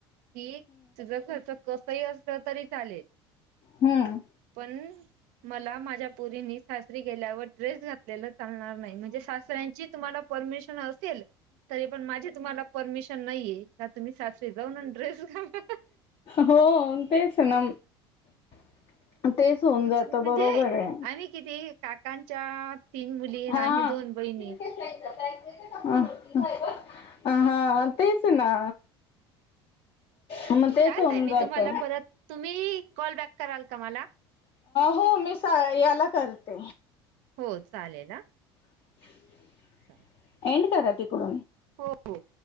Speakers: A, on the right (about 65°); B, on the left (about 45°).
A: की तुझ खर्च कस ह असलं तरी चालेल
B: हम्म
A: पण मला माझ्या पुरीनी सासरी गेल्यावर ड्रेस घातलेला चालणार नाही म्हणजे सासऱ्यांची तुम्हाला परमिशन असेल तरी पण माझे तुम्हाला परमिशन नाहीं का तुम्ही सास ते जाऊन ड्रेसच घालाल
B: हो तेच ना <inaudible> तेच होऊन जात
A: म्हणजे
B: बरोबर आहे
A: आम्ही किती काकांच्या तीन मुली आणि
B: हा..
A: आम्ही दोन
B: <unintelligible>
A: बहिणी
B: <unintelligible> अ अ हा तेच ना मग तेच
A: चालतय
B: होऊन
A: मी
B: जात
A: तुम्हाला
B: <unintelligible> <inaudible> अ
A: परत तुम्ही कॉल बॅक कराल का मला
B: हो मी याला करते
A: हो चालेल हा
B: <unintelligible>
A: चाल
B: एंड करा तिकडून
A: हो हो